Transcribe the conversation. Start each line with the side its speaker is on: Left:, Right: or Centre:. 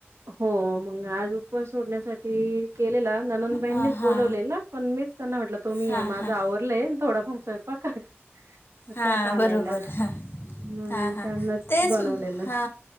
Right: हो मग आज उपवास सोडण्यासाठी केलेला ननंदबाईंनीच
Left: हां हां
Right: बोलावले पण मीच त्यांना म्हटलं तुम्ही
Left: हां
Right: या माझं
Left: हां
Right: आवरलंय थोडं फार स्वयंपाक मग
Left: हा
Right: त्याच आलेल्या
Left: बरोबर हा
Right: हम्म
Left: हा हा
Right: त्यांनाच
Left: तेच
Right: बनवलेलं
Left: हा